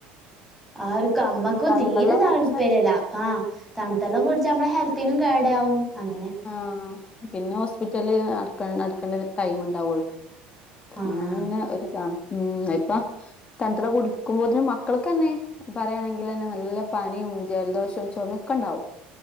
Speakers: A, in the centre; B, on the left.
A: ആർക്കും നമ്മക്കും
B: തൺവെള്ളം
A: തീരെ താല്പര്യല്ല
B: കുടിച്ചാൽ
A: ആഹ് തണുത്തള്ളം കുടിച്ച നമ്മളെ ഹെൽത്തിനും കേടാവും അങ്ങനെ
B: ആഹ് ആഹ് പിന്നെ ഹോസ്പിറ്റല് നടക്ക നടക്കണ്ടെ ടൈമ്ണ്ടാവ്ള്ളു
A: ആഹ്
B: അങ്ങനെന്നെ ഒര്താണ് ഉം ഇപ്പൊ തണ്ത്തെള്ളം കുടിക്ക്മ്പോത്തിന് മക്കൾക്കെന്നെ പറയാണെങ്കിലെന്നെ നല്ല പനിയും ജലദോഷോം ചൊമെക്കെണ്ടാവും